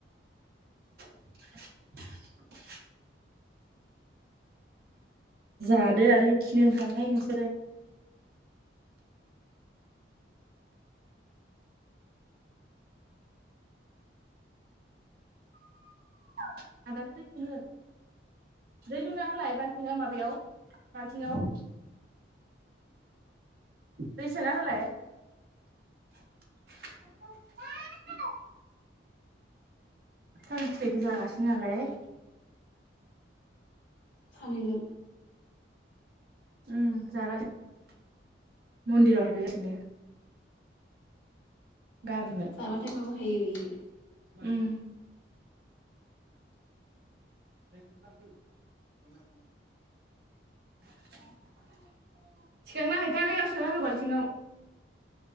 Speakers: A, on the right (about 55°); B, on the left (about 75°).
A: <inaudible> जादो आरो खिनो ओंखार हाय नोंसोरो। <unintelligible> दै लुना होलाय बालथिङा माबायाव बालथिंआव। दै सोना होलाय। <unintelligible> थाल फिथायखो जागासि नालाय।
B: सानैजों
A: उम जागासिनो मन्दिराव हाबहैगासिनो। गारनो
B: जाबाथाय माबा खायो इयो।
A: उम <inaudible> थिखांना हैैथां यैयाव सोना हो बालथिङाव।